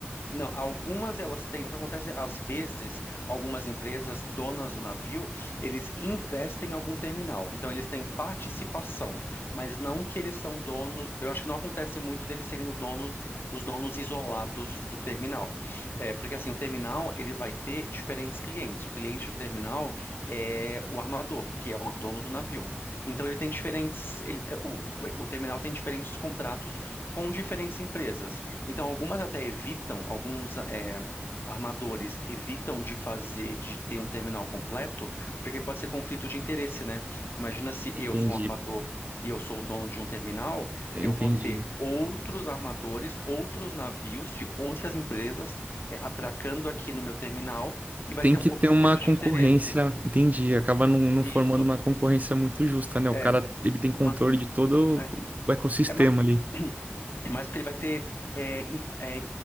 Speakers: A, on the left; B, on the right.
A: não. Algumas elas têm. O que acontece é, às vezes, algumas empresas donas do navio, eles investem em algum terminal. Então, eles têm participação, mas não que eles são dono. Eu acho que não acontece muito deles serem o dono, os donos isolados do terminal. É, porque assim, o terminal ele vai ter diferentes clientes. O cliente do terminal é o armador, que é o dono do navio. Então, ele tem diferentes. Ele, o, o o terminal tem diferentes contratos com diferentes empresas. Então, algumas até evitam, alguns é, armadores evitam de fazer, de ter um terminal completo, porque pode ser conflito de interesse, né? Imagina se
B: Entendi,
A: eu sou um armador e eu sou o dono de um terminal,
B: entendi.
A: eu vou ter outros armadores, outros navios de outras empresas é, atracando aqui no meu terminal e vai
B: Tem
A: ter
B: que
A: um pouco
B: ter
A: conflito
B: uma concorrência,
A: de interesse.
B: entendi. Acaba não, não
A: Isso.
B: formando uma concorrência muito justa, né? O
A: É,
B: cara, ele tem controle
A: ma-
B: de todo
A: é,
B: o ecossistema
A: é mais
B: ali.
A: <clears throat> É mais porque ele vai ter, é, in- é,